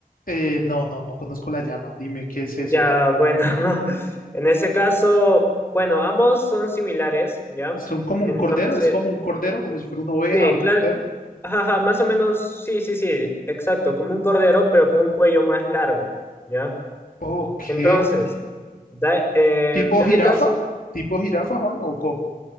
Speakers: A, on the left; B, on the left.
A: Eh, no, no, no conozco la llama. Dime, ¿qué es
B: Ya,
A: eso, Juan?
B: bueno, <laughs> en ese caso, bueno, ambos son similares, ¿ya?
A: ¿Son como
B: Entonces,
A: un cordero? ¿Es como un cordero? ¿Como si fuera una oveja
B: sí,
A: o un
B: claro,
A: cordero?
B: ajá, más o menos, sí, sí, sí, exacto, como un cordero, pero con un cuello más largo, ¿ya?
A: Ok.
B: Entonces, da, eh,
A: ¿Tipo
B: del
A: jirafa?
B: caso,
A: ¿Tipo jirafa, Juan? ¿O cómo?